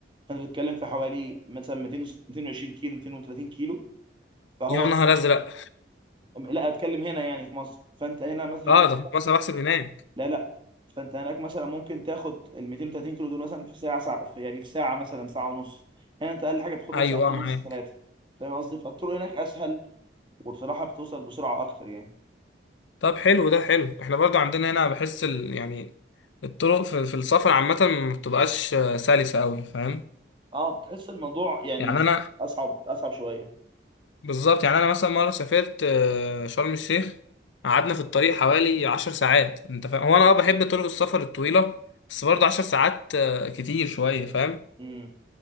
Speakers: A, on the right; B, on the left.
A: فانت بتتكلم في حوالي مثلا 200 220 كيلو 230 كيلو فهو
B: يا نهار
A: مثلا
B: أزرق
A: لا اتكلم هنا يعني في مصر فانت هنا مثلا
B: اه
A: هناك
B: ده في مصر بحسب هناك
A: لا لا فانت هناك مثلا ممكن تاخد ال 230 كيلو دول مثلا في ساعه ساعه في- يعني في ساعه مثلا ساعه ونص هنا انت اقل حاجه بتاخد
B: أيوه
A: لك ساعتين
B: اه
A: ونص
B: معاك
A: ثلاثه فاهم قصدي فالطرق هناك اسهل وبصراحه بتوصل بسرعه اكتر يعني
B: طب حلو ده حلو احنا برضو عندنا هنا بحس ال... يعني الطرق في, في السفر عامة ما بتبقاش آه، سلسة أوي فاهم؟
A: اه بتحس الموضوع يعني
B: يعني أنا
A: اصعب اصعب شويه
B: بالظبط يعني أنا مثلا مرة سافرت آه، شرم الشيخ قعدنا في الطريق حوالي عشر ساعات أنت فاهم؟ هو أنا اه بحب طرق السفر الطويلة بس برضه عشر ساعات آه، كتير شوية فاهم؟
A: امم